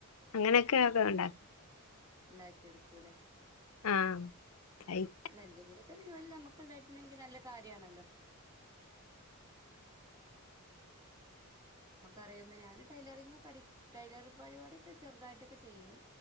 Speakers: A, on the left (about 70°); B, on the right (about 15°).
A: അങ്ങനെയൊക്കെ ഒക്കെ ഉണ്ടാക്കും
B: ഉണ്ടാക്കിടുക്കൂല്ലേ
A: ആഹ് അയ്
B: അല്ല എന്തെങ്കിലുമൊക്കെ ജോലി നമുക്ക്ണ്ടായിട്ടുണ്ടെങ്കിൽ നല്ല കാര്യണല്ലോ നമുക്ക അറിയുന്ന ഞാൻ ടൈലറി ടൈലറി പരിപാട ഒക്കെ ചെറുതായിട്ടൊക്കെ ചെയ്യും